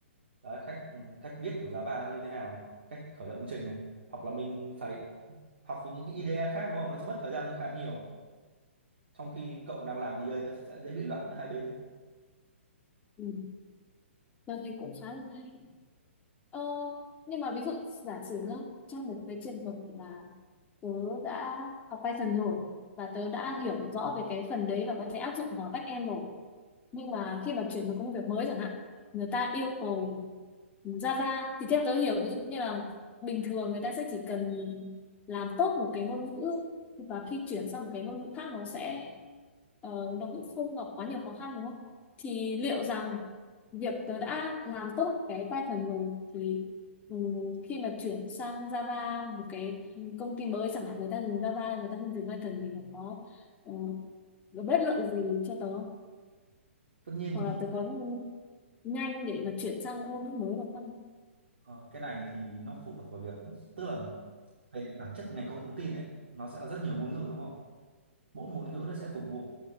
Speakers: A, on the right; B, on the left.
A: đấy, cách ừ, cách viết của Java là như thế nào này cách khởi động công trình này hoặc là mình phải học với những cái IDE khác đúng không nó sẽ mất thời gian khá nhiều trong khi cậu đang làm DA nó sẽ dễ bị loạn giữa hai bên đấy
B: ừ. tớ thấy cũng khá là hay ờ, nhưng mà ví dụ giả sử nhá trong một cái trường hợp là tớ đã học Python rồi và tớ đã hiểu rõ về cái phần đấy và có thể áp dụng vào backend rồi nhưng mà khi mà chuyển một công việc mới chẳng hạn người ta yêu cầu Java thì theo tớ hiểu ví dụ như là bình thường người ta sẽ chỉ cần làm tốt một cái ngôn ngữ và khi chuyển sang một cái ngôn ngữ khác nó sẽ ờ, nó cũng không gặp quá nhiều khó khăn đúng không thì liệu rằng việc tớ đã làm tốt cái Python rồi thì ừm, khi mà chuyển sang Java một cái công ty mới chẳng hạn người ta dùng Java người ta không dùng Python thì nó có ờ, nó bất lợi gì cho tớ
A: tất nhiên
B: hoặc
A: thì
B: là tôi có nhanh để mà chuyển sang ngôn ngữ mới được không
A: ờ, cái này thì nó phụ thuộc vào việc tức là về bản chất ngành công nghệ thông tin ấy nó sẽ là rất nhiều ngôn ngữ đúng không mỗi một ngôn ngữ nó sẽ phục vụ